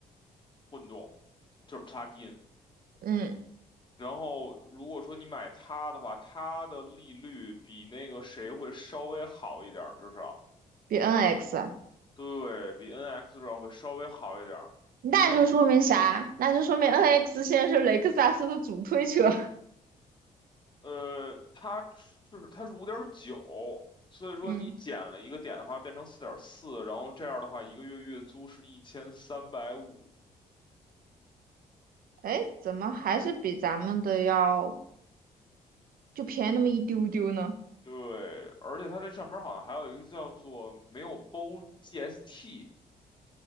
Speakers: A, on the left (about 30°); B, on the right (about 65°).
A: 混动，就是 plug-in，
B: 嗯，
A: 然后如果说你买它的话，它的利率比那个谁会稍微好一点儿至少
B: 比 NX，啊
A: 对比 NX 至少会稍微好一点儿它是。
B: 那就说明啥？那就说明 NX 现在是雷克萨斯的主推车。
A: 呃，它是它是五点九，所以说你减了一个点的话，
B: <laughs> 嗯，
A: 变成四点四，然后这样的话，一个月月租是一千三百五。
B: 哎，怎么还是比咱们的要就便宜那么一丢丢呢？
A: 对，而且它这上边儿好像还有一个叫做没有包 GST，